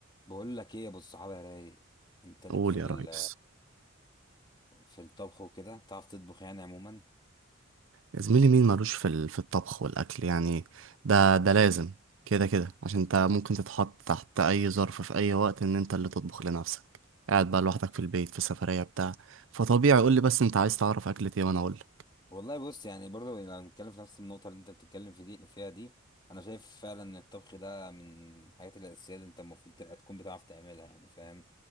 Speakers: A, on the left; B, on the right.
A: بقول لك ايه يا ابو الصحابه يا رايق انت ليك
B: قول
A: في ال-
B: يا ريس
A: في الطبخ وكده بتعرف تطبخ يعني عموما
B: يا زميلي مين مالوش في ال- في الطبخ والأكل يعني ده ده لازم كده كده عشان انت ممكن تتحط تحت أي ظرف في أي وقت إن انت اللي تطبخ لنفسك قاعد بقى لوحدك في البيت في سفرية بتاع فطبيعي قول لي بس انت عايز تعرف أكلة ايه وأنا أقول
A: والله بص يعني برضو لو هنتكلم في نفس النقطة اللي انت بتتكلم في دي فيها دي انا شايف فعلا ان الطبخ ده من الحاجات الاساسية اللي انت المفروض تبقى تكون بتعرف تعملها يعني فاهم